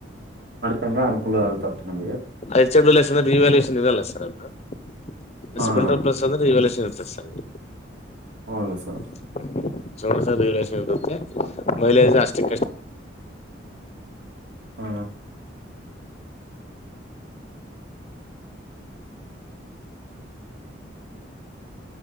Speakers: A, on the right; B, on the left.
A: ತಂದ್ರ ಅನುಕೂಲ ಆಗುತ್ತತ್ತು ನಮಗೆ.
B: ಎಚ್ ಎಫ್ ಡಿಲಕ್ಸ್ ಅಂದ್ರೆ ರಿವ್ಯಾಲ್ಯಷನ್ ಇರಲ್ಲ ಸರ್ ಅದ -
A: ಹಾಂ
B: ಸ್ಪಂಡರ ಪ್ಲಸ್ ಅಂದ್ರೆ ರಿವ್ಯಾಲುವೇಷನ್ ಇತ್ತ ಸತ್ಸಂಗ
A: ಹೌದಾ ಸರ್
B: <unintelligible> ಮೈಲಜ ಅಷ್ಟುಕ ಅಷ್ಟ.
A: ಹ